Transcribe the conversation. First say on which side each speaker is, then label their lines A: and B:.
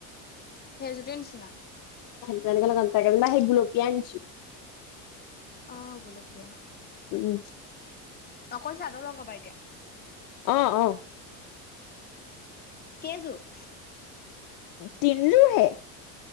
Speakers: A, on the left; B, on the left.
A: সেইজোৰ নিচিনা।
B: ন সেই গুলপিয়া আনিছো?
A: অ গুলপীয়া।
B: উম
A: অকল চাদৰ লগাবা এতিয়া।
B: অ অ
A: কেযোৰ।
B: তিন লো হে